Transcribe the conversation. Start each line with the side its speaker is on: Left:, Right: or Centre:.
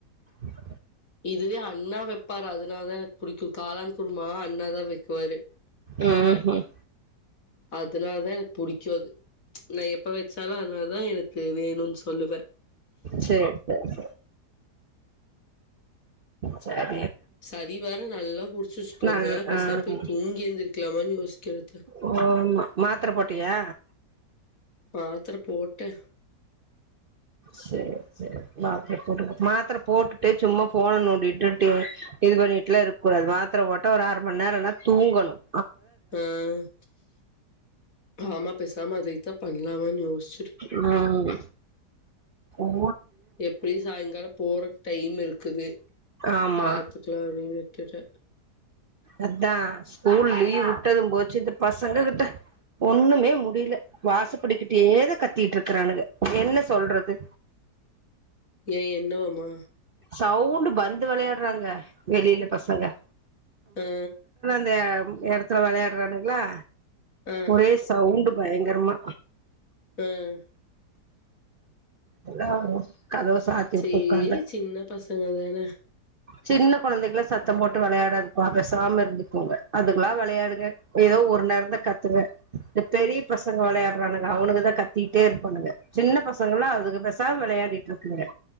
Right: ம்
Left: இதுவே அண்ணா வைப்பாரு அதனாலாதான் எனக்கு பிடிக்கும் காளான் குருமா அண்ணாதான் வைக்குவாரு
Right: உஹம் உஹம்
Left: அதனால தான் எனக்கு புடிக்கும் அது நான் எப்ப வச்சாலும் அதனாலதான் எனக்கு வேணும்ன்னு சொல்லுவேன்
Right: சரி சரி சரி சரி
Left: சளி வேற நல்லா புடிச்சிருச்சு கொஞ்ச
Right: நல்
Left: நேர பேசாம
Right: ஆ
Left: போய் தூங்கி எந்திரிக்கலாமான்னு யோசிக்கிறது
Right: ஓ மா மாத்திர போட்டியா
Left: மாத்தர போட்டே
Right: சரி சரி மாத்தர போட்டுட்டு மாத்திர போட்டுட்டே சும்மா போண நோண்டிட்டு இது பண்ணிட்டுலாம் இருக்க கூடாது மாத்திர போட்டா ஒரு அரை மணி நேரம் நல்லா தூங்கணும்
Left: ஆஹ் ஆமா பேசாமது எத பண்லாமானு யோசிச்சு தா
Right: உம் ஆ
Left: எப்படியும் சாயங்காலம் போறதுக்கு டைம் இருக்குது
Right: ஆமா
Left: பாத்துக்கலாம் அப்படினு விட்டுட்ட
Right: அதான் ஸ்கூல் லீவ் விட்டதும் போச்சு இந்த பசங்க கிட்ட ஒண்ணுமே முடியல வாசப்படிக்கிட்டேயேதா கத்திட்டு இருக்கறானுங்க என்ன சொல்றது
Left: ஏன் என்னவாமா
Right: சவுண்டு பந்து விளையாடுறாங்க வெளியில பசங்க
Left: ஆ
Right: வேற இடத்துல விளையாடுறானுங்களா
Left: ஆ
Right: ஒரே சவுண்ட் பயங்கரமா
Left: ஆஹ்
Right: ஆஹ <unintelligible> கதவ சாத்திவுட்டு
Left: சேரி
Right: உக்காந்த
Left: சின்ன பசங்க தானா
Right: சின்ன குழந்தைகலா சத்தம் போட்டு விளையாடதுப்பா பேசாம இருந்துக்குங்க அதுக்கெல்லா விளையாடுங்க ஏதோ ஒரு நேரம்தா கத்துங்க இந்த பெரிய பசங்க விளையாடுறானுங்க அவனுக்குதா கத்திட்டே இருப்பானுங்க சின்ன பசங்கல அதுக பேசாம விளையாடிட்டு இருக்குங்க